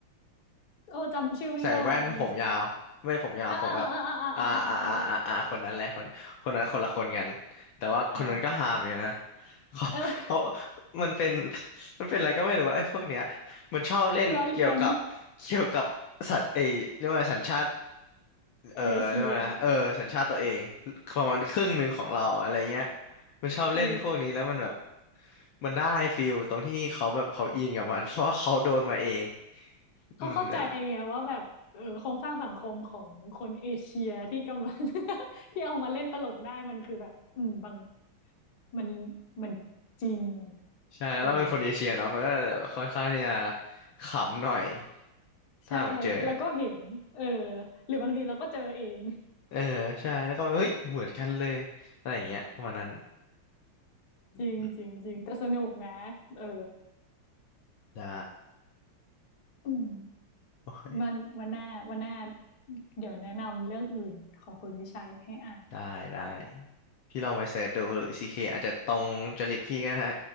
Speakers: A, on the left (about 55°); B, on the left (about 70°).
A: เออจำชื่อไม่ได้เอ่ะจริง
B: ใส่แว่นผมยาวไม่ผมยาวผมแบบอ่าอ่าอ่าอ่าอ่าคนนั้นแหละคนคนนั้นคนละคนกันแต่ว่าคนนั้นก็หามอยู่นะ
A: ๆอ่าอ่าอ่าอ่าอ่าอ่าอ่าใช่ใช่ใช่ใช่ใช่ใช่อ๋อ
B: เขาเขา
A: เออ
B: มันเป็น <laughs> มันเป็นอะไรก็ไม่รู้ว่าไอ้พวกเนี้ยมันชอบเล่นเกี่ยวกับเกี่ยวกับสัตว์ไอ้เรียกว่าสัญชาติ
A: <laughs> ล้อเลียน
B: เออเรียกว่านะเออสัญชาติตัวเอง
A: เอเชีย
B: ประมาณครึ่งหนึ่งของเราอะไรเงี้ยมันชอบเล่นพวกนี้แล้วมันแบบ
A: เออ
B: มันได้ฟิลตรงที่เขาแบบเขาอินกับมันเพราะว่าเขาโดนมาเอง
A: เขาเข้าใจไงว่าแบบเออโครงสร้างสังคมของคนเอเชียที่กำลัง
B: อืมนั่นแหละ
A: <laughs> ที่เอามาเล่นตลกได้มันคือแบบอืมบาง มันมันจริง
B: ใช่แล้วเราเป็นคนเอเชียเนาะมันก็ค่อนข้างที่จะ
A: เออ
B: ขำหน่อยถ้าหมดเจอ
A: ใช่แล้วก็เห็นเออหรือบางทีเราก็เจอเอง
B: เออใช่แล้วก็เฮ้ยเหมือนกันเลยอะไรอย่างเงี้ยประมาณนั้นอืม
A: จริงจริงจริงแต่สนุกนะเออ
B: ได้
A: อืม
B: โอเค
A: มันวันหน้าวันหน้าเดี๋ยวแนะนำเรื่องอื่นของคุณวิชัยให้อ่าน
B: ได้ได้พี่ลองไปเสิร์ชดูหรือซีเคอาจจะตรงจริตพี่ก็ได้